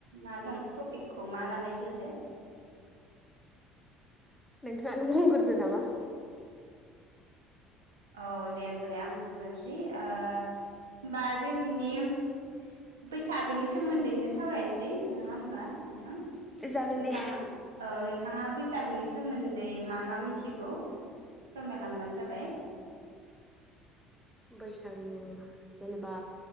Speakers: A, on the right (about 70°); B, in the centre.
A: मा दं टपिकखौ मा लानो नागिरदो?
B: नोंथांङानो बुंग्रोदो नामा?
A: औ दे होमबालाय आं बुंग्रोनोसै ओ होमबा जों दिनिम बैसागोनि सोमोन्दैनो सावरायनोसै नङा होमबा नोंथां?
B: जागोन
A: नोंथां
B: दे
A: ओ नोंथाङा बैस सागोनि सोमोन्दै मा मा मिथिगौ फोरमायलांबानो जाबाय।
B: बैसागु जेनेबा